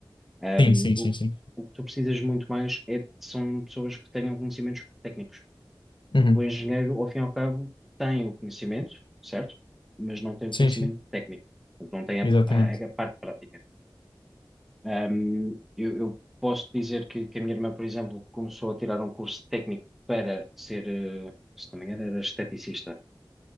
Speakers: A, in the centre; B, on the left.
A: Ah,
B: Sim, sim,
A: o,
B: sim, sim.
A: o que tu precisas muito mais é, são pessoas que tenham conhecimentos técnicos.
B: Uhum.
A: Porque o engenheiro, ao fim e ao cabo, tem o conhecimento, certo? Mas não tem o
B: Sim,
A: conhecimento
B: sim.
A: técnico, Portanto, não tem a,
B: Exatamente.
A: a- a parte prática. Ahm, eu, eu posso dizer que, que a minha irmã, por exemplo, começou a tirar um curso técnico para ser, eh, se não me engano, era esteticista.